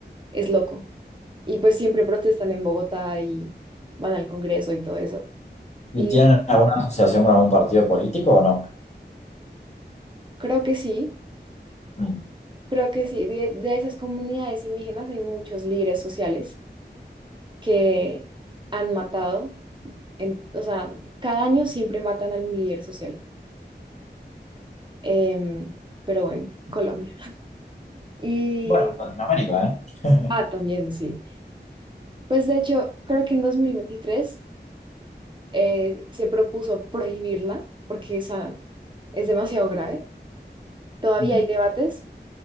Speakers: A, on the right (about 25°); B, on the left (about 40°).
A: es loco. Y pues siempre protestan en Bogotá y van al Congreso y todo eso.
B: ¿Y
A: Y
B: tienen alguna asociación con algún partido político o no?
A: creo que sí,
B: Mm.
A: creo que sí. De, de esas comunidades indígenas hay muchos líderes sociales que han matado, en- o sea, cada año siempre matan a algún líder social. Em, pero bueno, Colombia. Y,
B: Bueno, Latinoamérica, ¿eh? <laughs>
A: ah, también sí. Pues de hecho, creo que en 2023 eh, se propuso prohibirla porque esa es demasiado grave. Todavía
B: Mm.
A: hay debates,